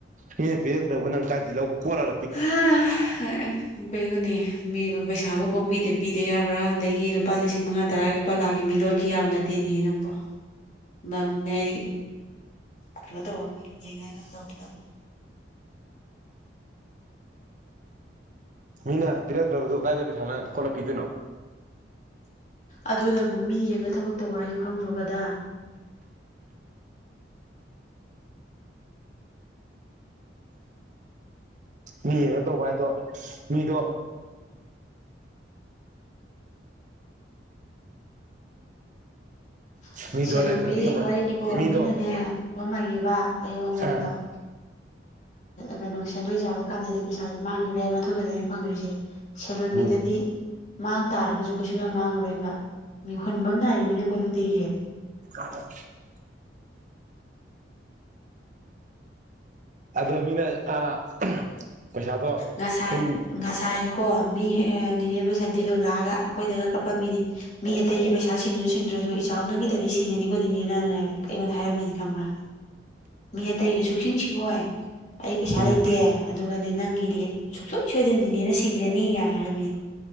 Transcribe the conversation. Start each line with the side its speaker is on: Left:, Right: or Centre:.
Right: ꯃꯤꯅ ꯄꯤꯔꯛꯇ꯭ꯔꯒꯧ ꯅꯪ ꯀꯥꯏꯗꯩ ꯂꯧ ꯀꯣꯠꯂ
Left: ꯍꯥ ꯍꯣꯏ ꯑꯦ ꯀꯩꯅꯣꯅꯦ ꯃꯤꯕꯨ ꯄꯩꯁꯥꯕꯨ ꯄꯡꯄꯤꯗ ꯄꯤꯗ ꯌꯥꯕ꯭ꯔꯥ? ꯑꯗꯒꯤ ꯂꯨꯄꯥ ꯂꯤꯁꯤꯡ ꯃꯉꯥ ꯇꯔꯥꯒꯤ ꯄꯂꯥꯒꯤ ꯃꯤ ꯂꯣꯠꯈꯤ ꯌꯥꯝꯕ ꯅꯠꯇꯦꯅꯦ ꯅꯪꯕꯣ ꯃꯝꯃꯦ ꯍꯥꯏꯗꯤ ꯀꯩꯅꯣ ꯇꯧꯕ ꯃꯤ ꯌꯦꯡꯉꯒ ꯇꯧꯒꯗꯕ
Right: ꯃꯤꯅ ꯄꯤꯔꯛꯇ꯭ꯔꯁꯨ ꯀꯗꯥꯏꯗꯨ ꯄꯩꯁꯥꯅ ꯀꯣꯜꯂꯄꯤꯗꯣꯏꯅꯣ
Left: ꯑꯗꯨꯅꯕꯨ ꯃꯤ ꯌꯦꯡꯉ ꯊꯕꯛ ꯇꯧꯕ ꯍꯥꯏꯁꯨ ꯈꯪꯗ꯭ꯔꯣꯒꯗ
Right: ꯃꯤ ꯌꯦꯡꯉ ꯇꯧꯕ ꯍꯥꯏꯗꯣ ꯃꯤꯗꯣ
Left: <unintelligible>
Right: ꯃꯤꯗꯣ ꯂꯩꯇ꯭ꯔꯗꯤ ꯀꯃꯥꯏ
Left: ꯋꯥꯔꯤꯅꯤꯀꯣ
Right: ꯃꯤꯗꯣ
Left: ꯃꯤꯅꯅꯦ ꯋꯥ ꯃꯥ ꯍꯥꯏꯒꯦꯕꯥ ꯑꯩꯋꯥꯃꯥ ꯍꯥꯏꯒꯦ
Right: ꯑ
Left: ꯇꯥꯎ ꯀꯩꯅꯣ ꯁꯦꯟꯗꯣꯏ ꯆꯥꯕ ꯀꯥꯟꯗꯗꯤ ꯄꯩꯁꯥꯁꯦ ꯃꯥꯡꯈꯤꯕ ꯌꯥꯏ ꯃꯊꯣꯏꯒꯗꯅ ꯐꯪꯗꯣꯏꯁꯦ ꯁꯦꯟꯂꯣꯟꯕꯤꯗꯗꯤ
Right: ꯎꯝ
Left: ꯃꯥꯡ ꯇꯥꯔꯒꯁꯨ ꯀꯩꯁꯨ ꯌꯥꯝ ꯃꯥꯡꯉꯔꯣꯏꯕ ꯃꯤ ꯍꯨꯟꯕ ꯅꯥꯏꯔꯤꯃꯤꯅꯀꯣ ꯅꯨꯡꯇꯤꯒꯤ
Right: <unintelligible> ꯑꯗꯣ ꯃꯤꯅ ꯑꯥ ꯄꯩꯁꯥꯗꯣ
Left: ꯉꯁꯥꯏ
Right: ꯁꯨꯝ ꯎꯝ
Left: ꯉꯁꯥꯏꯁꯨꯀꯣ ꯃꯤ ꯅꯤꯅꯦꯕꯨ ꯁꯟꯇꯤꯗꯣ ꯂꯥꯛꯑꯒ ꯑꯩꯈꯣꯏꯗꯒ ꯀꯞꯄꯝꯃꯤꯅꯤ ꯃꯤ ꯑꯇꯩꯒꯤ ꯄꯩꯁꯥ ꯁꯤꯡ ꯁꯤꯡꯗ꯭ꯔꯁꯨ ꯏꯆꯥꯎ ꯅꯪꯒꯤꯗꯗꯤ ꯊꯤꯡꯉꯅꯤꯀꯣ ꯅꯤꯅꯦꯅꯅꯦ ꯑꯩꯉꯣꯟꯗ ꯍꯥꯏꯔꯝꯃꯤꯅꯤ ꯈꯪꯕ꯭ꯔꯥ ꯃꯤ ꯑꯇꯩꯗꯤ ꯁꯨꯡꯁꯤꯡ ꯁꯤꯡꯉꯣꯏ ꯑꯩ ꯄꯩꯁꯥ
Right: ꯎꯝ
Left: ꯂꯩꯇꯦ ꯑꯗꯨꯒꯅꯦ ꯅꯪꯒꯤ ꯗꯤ ꯁꯨꯡꯁꯣꯏ ꯁꯣꯏꯗꯅ ꯅꯤꯅꯦꯅ ꯁꯤꯡꯒꯅꯤ ꯀꯥꯏꯅ ꯍꯥꯏꯔꯝꯃꯤ